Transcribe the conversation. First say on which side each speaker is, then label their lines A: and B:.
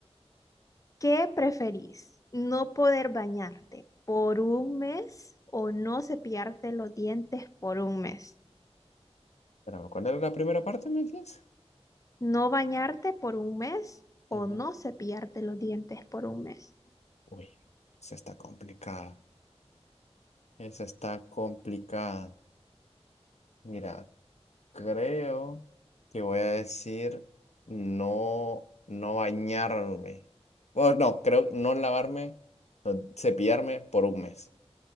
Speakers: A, on the left; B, on the left.
A: ¿Qué preferís? ¿No poder bañarte por un mes o no cepillarte los dientes por un mes?
B: Espérame, ¿cuál era la primera parte, me decías?
A: ¿No bañarte por un mes o
B: Ujú.
A: no cepillarte los dientes por un mes?
B: Uy, esa está complicada. Esa está complicada. Mira, creo que voy a decir no, no bañarme. O no, creo no lavarme, no, cepillarme por un mes.